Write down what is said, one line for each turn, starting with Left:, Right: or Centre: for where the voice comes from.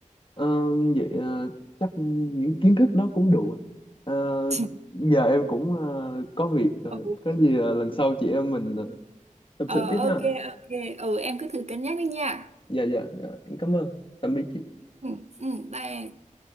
Left: Ờ, vậy ờ, chắc những kiến thức đó cũng đủ rồi. Ờ,
Right: <laughs>
Left: giờ em cũng ờ, có việc rồi
Right: ừ.
Left: có gì ờ, lần sau chị em mình ờ, tâm
Right: Ờ,
Left: sự tiếp
Right: ok
Left: ha
Right: ok ừ em cứ thử cân nhắc đi nha
Left: dạ dạ dạ em cảm ơn tạm biệt chị
Right: ừ, ừ, bye em